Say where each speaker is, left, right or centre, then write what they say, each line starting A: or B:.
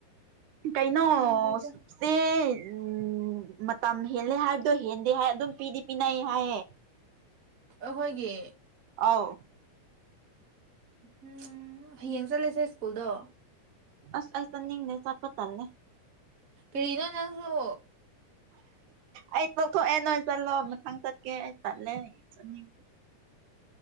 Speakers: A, on the right (about 75°); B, on the right (about 30°).
A: ꯀꯩꯅꯣꯁ
B: ꯈꯪꯗ꯭ꯔꯦꯗ
A: ꯆꯦ ꯎꯝ ꯃꯇꯝ ꯍꯦꯜꯂꯦ ꯍꯥꯏꯕꯗꯣ ꯍꯦꯟꯗꯦ ꯍꯥꯏ ꯑꯗꯨꯝ ꯄꯤꯗꯤ ꯄꯤꯅꯩ ꯍꯥꯏꯌꯦ
B: ꯑꯈꯣꯏꯒꯤ
A: ꯑꯥꯎ
B: ꯎꯝ ꯍꯌꯦꯡ ꯆꯠꯂꯁꯦ ꯁ꯭ꯀꯨꯜꯗꯣ
A: ꯑꯁ ꯑꯩ ꯆꯠꯅꯤꯡꯗꯦ ꯆꯠꯄ ꯇꯜꯂꯦ
B: ꯀꯔꯤꯅꯣ ꯅꯪꯁꯨ
A: ꯑꯩ ꯇꯣꯛꯊꯣꯛꯑꯦ ꯅꯣꯏ ꯆꯠꯂꯣ ꯃꯊꯪ ꯆꯠꯀꯦ ꯑꯩ ꯇꯜꯂꯦ ꯆꯅꯤꯡ__